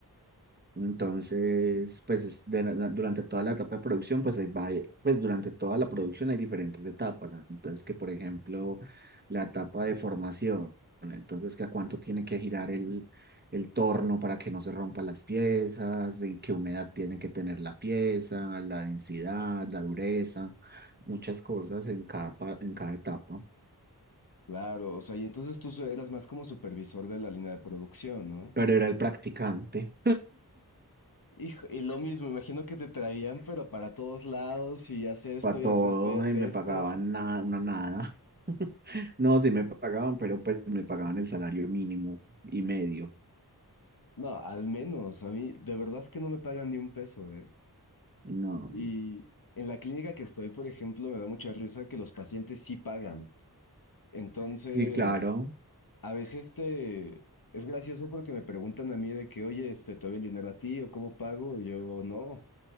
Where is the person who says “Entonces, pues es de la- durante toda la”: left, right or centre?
Right